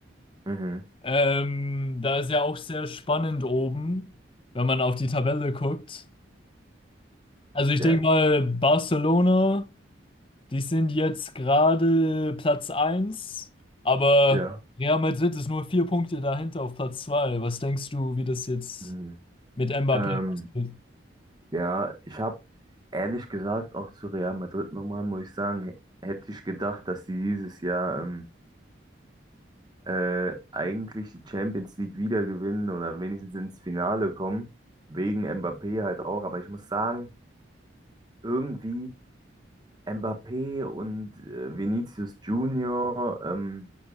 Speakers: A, on the right; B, on the left.
A: mhm.
B: Ähm, da ist ja auch sehr spannend oben, wenn man auf die Tabelle guckt. Also ich
A: Ja,
B: denke mal, Barcelona. Die sind jetzt gerade Platz eins, aber
A: ja.
B: Real Madrid ist nur vier Punkte dahinter auf Platz 2. Was denkst du, wie das jetzt
A: Mhm.
B: mit Mbappé
A: Ähm,
B: geht?
A: ja, ich habe ehrlich gesagt auch zu Real Madrid nochmal, muss ich sagen, h- hätte ich gedacht, dass sie dieses Jahr ähm, äh, eigentlich die Champions League wieder gewinnen oder wenigstens ins Finale kommen, wegen Mbappé halt auch. Aber ich muss sagen, irgendwie Mbappé und äh, Vinicius Junior, ähm,